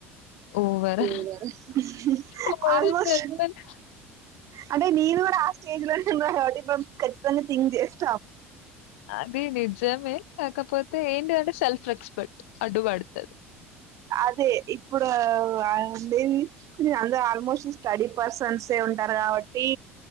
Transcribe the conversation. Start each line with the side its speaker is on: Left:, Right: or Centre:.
Left: Over
Right: ఒహో <unintelligible>
Left: ఓవరని
Right: almost.
Left: చెప్పను.
Right: అంటే, నేను గూడ హోస్. స్టేజ్‌లోనే ఉన్నాం కాబట్టి, <unintelligible> ఖచ్చితంగా థింక్ చేస్తాం.
Left: అది నిజమే. కాకపోతే, ఏంటి అంటే సెల్ఫ్ రెస్పెక్ట్ అడ్డుబడు. పడుతారు.
Right: అదే ఇప్పుడు వా ఉండేది అందరు ఆల్మోస్ట్ స్టడీ పెర్సన్సే ఉంటారు కాబట్టి